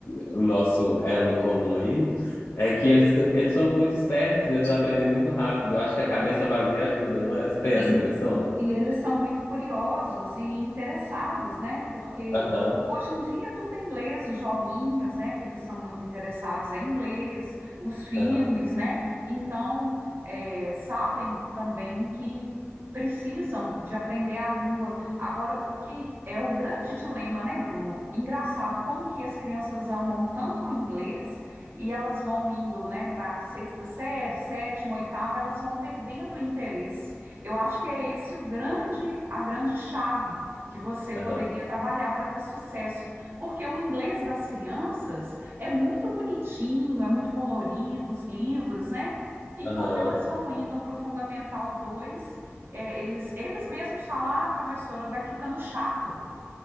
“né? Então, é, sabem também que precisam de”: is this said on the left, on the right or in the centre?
Right